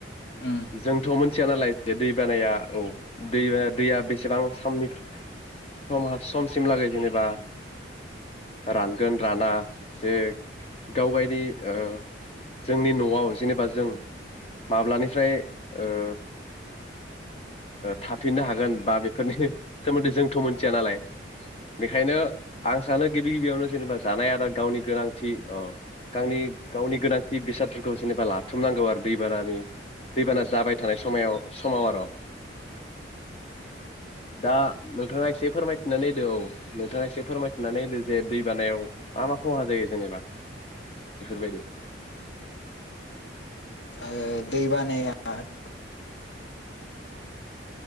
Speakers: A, on the left (about 70°); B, on the left (about 30°).
A: उम
B: जोंथ मोनथिया नालाय जे दैबानाया औ दै दैया बेसेबां समनि सम समसिम लागै जेनेबा रानगोन राना जे गावगायनि ओ जोंनि नआव जेनेबा जों माब्लानिफ्राय ओ थाफिननो हागोन बा बेफोरनि सोमोन्दै जोंथ मोनथिया नालाय बेखायनो आं सानो गिबि गिबियावनो जेनेबा जानाय आरो गावनि गोनांथि औ गावनि गावनि गोनांथि बेसादफोरखौ जेनेबा लाथुमनांगौ आरो दैबानानि दैबाना जाबाय थानाय समायाव समाव आरो दा नोंथाङा एसे फोरमायथिनानै होदो औ नोंथाङा एसे फोरमायथिनानै होदो जे दैबानायाव मा मा खहा जायो जेनेबा बेफोरबायदि?
A: ओ दैबानायाथ